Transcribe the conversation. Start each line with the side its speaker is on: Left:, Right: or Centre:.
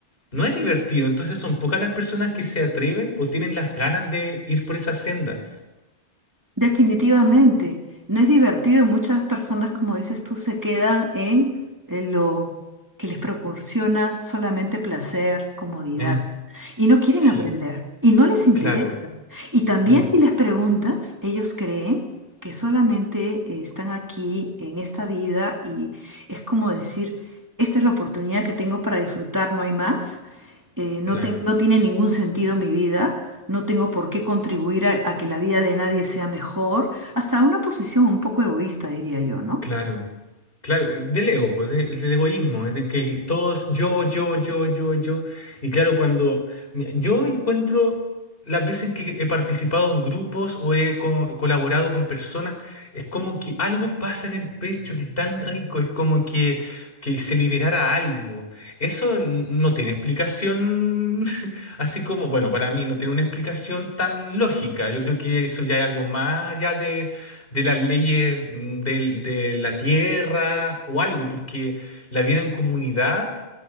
Left: No es divertido, entonces son pocas las personas que se atreven o tienen las ganas de ir por esa senda.
Right: Definitivamente, no es divertido y muchas personas, como dices tú, se quedan en, en lo que les proporciona solamente placer, comodidad,
Left: Eh,
Right: y no quieren
Left: Sí,
Right: aprender, y no les interesa.
Left: claro,
Right: Y también
Left: mm,
Right: si les preguntas, ellos creen que solamente eh, están aquí en esta vida y es como decir, esta es la oportunidad que tengo para disfrutar, no hay más eh, no,
Left: claro,
Right: te- no tiene ningún sentido mi vida, no tengo por qué contribuir a, a que la vida de nadie sea mejor, hasta una posición un poco egoísta, diría yo, ¿no?
Left: claro, claro, eh, del ego, pues, de- del egoísmo, eh, de que todos yo, yo, yo, yo, yo. Y claro, cuando mira, yo encuentro las veces que he participado en grupos o he co- colaborado con personas, es como que algo pasa en el pecho que es tan rico, es como que, que se liberara algo. Eso n- no tiene explicación <laughs> Así como, bueno, para mí no tiene una explicación tan lógica. Yo creo que eso ya es algo más ya de de las leyes mm, del- de, la tierra o algo, porque la vida en comunidad